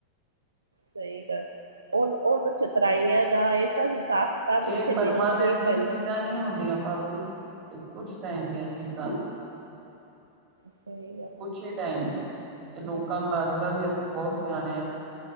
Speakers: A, on the right (about 75°); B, on the right (about 40°).
A: ਸਹੀ ਗੱਲ ਹੈ ਉਹਨ ਉਹਨੂੰ ਚਤਰਾਈਆਂ ਦਾ ਇਹ ਸਭ ਹਿਸਾਬ ਕਿਤਾਬ
B: ਇਹ
A: ਇੱਥੇ
B: ਪਰਮਾਨੈਂਟਲੀ
A: ਦੇਣਾ ਹੀ ਪੈਣਾ
B: ਚੀਜ਼ਾਂ ਨਹੀਂ ਹੁੰਦੀਆਂ ਭਾਬੀ ਇਹ ਕੁਛ ਟਾਈਮ ਦੀਆਂ ਚੀਜ਼ਾਂ।
A: ਸਹੀ ਗੱਲ ਹੈ।
B: ਕੁਛ ਹੀ ਟਾਈਮ ਦੀ ਤੇ ਲੋਕਾਂ ਨੂੰ ਲੱਗਦਾ ਵੀ ਅਸੀਂ ਬਹੁਤ ਸਿਆਣੇ ਹਾਂ।